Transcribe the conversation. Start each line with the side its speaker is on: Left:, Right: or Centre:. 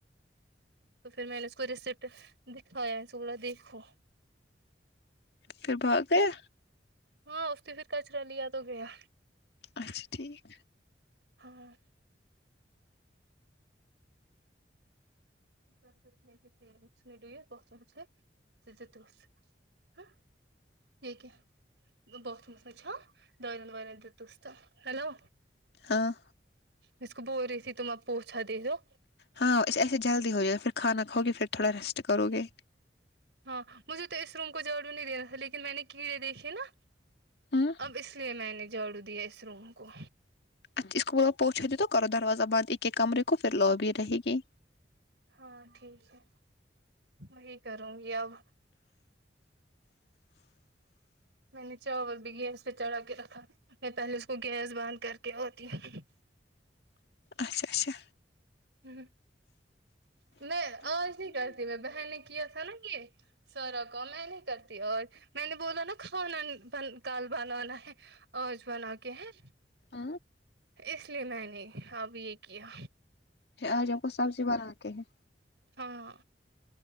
Right: تو پھر میں نے اس کو ریسیپٹ دکھایا اس کو بولا دیکھو
Left: پھر بھگ گیا
Right: ہاں استی پھر کچرا لیا تو گیا
Left: اچھا ٹھیک
Right: ہاں <unintelligible> ہہ یہ کیا دہ پرفومے پوچھ دارین وارن دتس تو ہلو
Left: ہاں
Right: اس کو بول رہی تھی تم آب پوچھا دے دو
Left: ہاں ایسے جلدی ہو جائے پھر کھانا کھاؤ گے پھر تھوڑا ریسٹ کرو گے
Right: ہاں مجھے تو اس روم کو جڑو نہیں دینا تھا لیکن میں نے کیے دیکھئے نا
Left: ہاں
Right: اب اس لیے میں نے جڑو دیا اس روم کو
Left: اچھا اس کو پہنچا دے تو کرو دروازہ بند ایک ایک کمرے کو پھر لوابی رہے گی
Right: ہاں ٹھیک ہے وہی کروں گی اب میں نے چاول بھی گیس پہ چڑھا کے رکھا میں پہلے اس کو گیس بند کر کے اتی ہوں
Left: اچھا اچھا
Right: ہ میں آج نہیں کرتی میں بہن نے کیا تھا نا یہ سارا کام میں نہیں کرتی اور میں نے بولا نا کھانا ب ن کال بنانا ہے اج بناکے ہے
Left: آ
Right: اس لیے میں نے اب یہ کیا
Left: آج ہم کو سبزی بنا کے ہیں
Right: ہاں